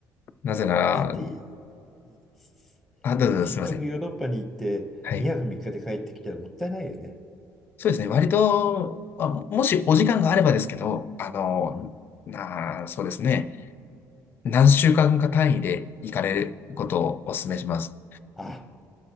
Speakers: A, on the left; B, in the centre.
A: なぜなら、
B: だって、せ
A: あ、どうぞどうぞすみません。
B: せっかくヨーロッパに行って、
A: はい。
B: 2泊3日で帰ってきたらもったいないよね。
A: そうですね。割と、まあ、もしお時間があればですけど、あのーなあ、
B: うん。
A: そうですね。何週間か単位で行かれることをお勧めします。
B: あ、